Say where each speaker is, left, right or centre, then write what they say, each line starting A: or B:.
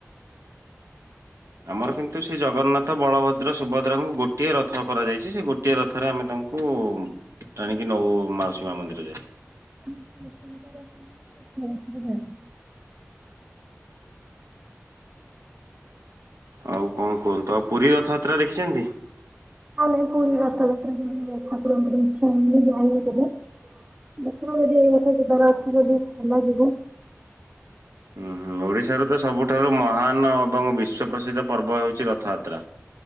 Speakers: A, on the right (about 85°); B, on the right (about 25°).
A: ଆମର କିନ୍ତୁ ସେ ଜଗନ୍ନାଥ ବଳଭଦ୍ର ସୁଭଦ୍ରାଙ୍କୁ ଗୋଟିଏ ରଥ କରାଯାଇଛି ସେଗୋ ଗୋଟିଏ ରଥରେ ଆମେ ତାଙ୍କୁ ଟାଣିକି
B: <unintelligible>
A: ନଉ ମାଉସୀ ମା ମନ୍ଦିର ଯାଏ ଆଉ କଣ କୁହନ୍ତୁ, ଆଉ ପୁରୀ ରଥଯାତ୍ରା ଦେଖିଛନ୍ତି।
B: ଆମେ ପୁରୀ ରଥଯାତ୍ରା ହେଲେ ଠାକୁରଙ୍କ <inaudible> ଯାଇ ନୁ ସବୁ। ଦେଖିବା ଯଦି ଏଇ ବର୍ଷ ଯିବାର ଅଛି ଯଦି ଆମେ ଯିବୁ।
A: ଉଁ ହୁଁ ଓଡ଼ିଶାରୁ ତ ସବୁଠାରୁ ମହାନ ଅବଂ ବିଶ୍ୱପ୍ରସିଦ୍ଧ ପର୍ବ ହେଉଛି ରଥଯାତ୍ରା।